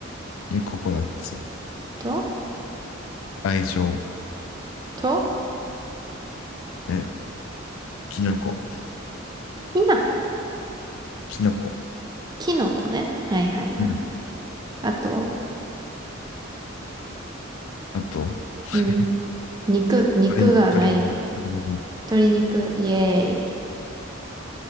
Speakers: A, on the left (about 80°); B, on the right (about 20°).
A: え、ココナッツ、
B: と、
A: 愛情、
B: と、
A: え、キノコ、
B: きなこ。
A: キノコ。
B: きのこね。はいはいはい。
A: うん。
B: あと、
A: あと、<laughs>
B: うん。肉、肉がないように。
A: 鶏、鶏もも、鶏も
B: 鶏肉、イエーイ。